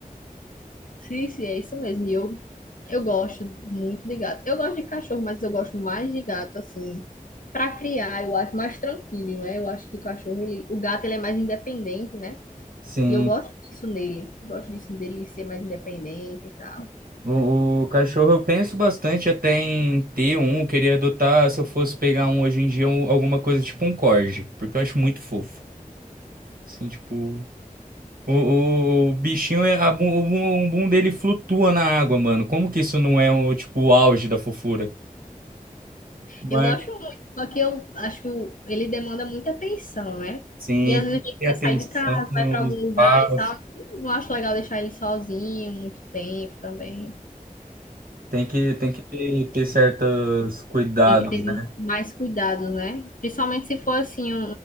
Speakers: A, on the left; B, on the right.
A: Sim, sim, é isso mesmo. E eu, eu gosto muito de gato. Eu gosto de cachorro, mas eu gosto mais de gato, assim, para criar, eu acho mais tranquilo, né? Eu acho que o cachorro, ele, o gato, ele é mais independente, né?
B: Sim.
A: E eu gosto disso nele. Gosto disso dele ser mais independente e tal.
B: O, o cachorro eu penso bastante até em ter um, eu queria adotar se eu fosse pegar um hoje em dia, um- alguma coisa tipo um corgi, porque eu acho muito fofo. Assim, tipo, o, o, o bichinho, é, a, bu- o bum o bum dele flutua na água, mano. Como que isso não é um, tipo, o auge da fofura? Mas,
A: Eu gosto muito, só que eu acho que o- ele demanda muita atenção, né?
B: sim,
A: E às vezes
B: tem que
A: a gente
B: ter
A: quer
B: atenção,
A: sair de casa,
B: um
A: vai para algum
B: espaço,
A: lugar e tal. Eu não acho legal deixar ele sozinho muito tempo também.
B: tem que, tem que ter, ter certos cuidados,
A: Tem que ter
B: né?
A: mais cuidados, né? Principalmente se for assim um,